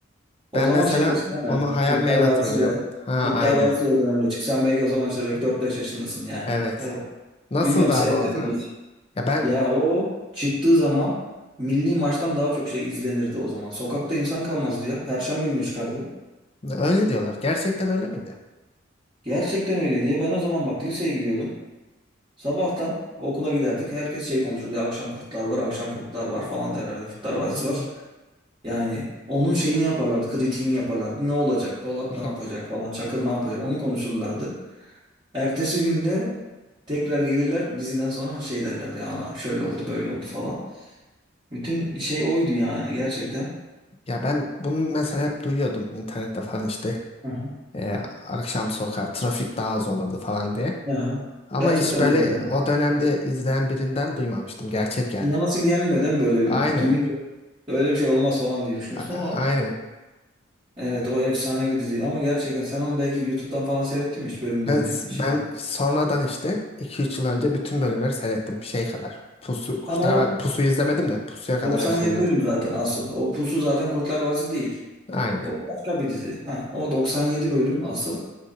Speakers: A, on the right (about 25°); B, on the left (about 30°).
A: O
B: Ben
A: zaman
B: mesela
A: şey de çıktı değil
B: onu
A: mi?
B: hayal
A: Kurtlar
B: meyal
A: Vadisi
B: hatırlıyorum.
A: de.
B: Ha
A: Kurtlar
B: aynen.
A: Vadisi de o dönemde çıktı. Sen belki o zaman işte belki dört beş yaşındasın yani.
B: Evet.
A: Kurtlar Vadisi.
B: Nasıldı
A: Bilmiyorum seyrettin
B: abi o zaman?
A: mi hiç?
B: Ya ben
A: Ya o çıktığı zaman milli maçtan daha çok şey izlenirdi o zaman. Sokakta insan kalmazdı ya. Perşembe günü çıkardı.
B: öyle diyorlar. Gerçekten öyle miydi?
A: Gerçekten öyle diye. Ben o zaman bak liseye gidiyordum. Sabahtan okula giderdik. Herkes şey konuşurdu. Ya, akşam kurtlar var, akşam kurtlar var falan derlerdi. Kurtlar Vadisi
B: Hmm.
A: var. Yani onun şeyini yaparlardı, kritiğini yaparlardı. Ne olacak? Polat
B: <laughs>
A: ne yapacak falan, Çakır ne yapacak? Onu konuşurlardı. Ertesi günde tekrar gelirler diziden sonra hani şey derlerdi ya ana şöyle oldu böyle oldu falan. Bütün şey oydu yani gerçekten.
B: Ya ben bunu mesela hep duyuyordum internette falan işte.
A: Hı hı.
B: Ee, akşam sokağa trafik daha az olurdu falan diye.
A: Aha.
B: Ama
A: Gerçekten
B: hiç böyle
A: doğru yani.
B: o dönemde izleyen birinden duymamıştım. Gerçek yani.
A: İnanasın gelmiyor değil mi böyle
B: Aynen.
A: bir- duyunca? Öyle bir şey olmaz falan diye düşünüyorsun
B: A- a-
A: ama
B: Aynen.
A: evet o efsane bir diziydi ama gerçekten sen onu belki YouTube'dan falan seyrettin mi hiç bölümlerini
B: Ben, ben
A: şimdi?
B: sonradan işte iki üç yıl önce
A: Hı.
B: bütün bölümleri seyrettim. Şey kadar. Pusu, Kurtlar
A: Ama o
B: Vadisi- Pusu'yu izlemedim de Pusu'ya kadar
A: 97
B: hepsini izledim.
A: bölüm zaten asıl. O Pusu zaten Kurtlar Vadisi değil.
B: Aynen.
A: O başka bir dizi. Ha, o 97 bölüm asıl.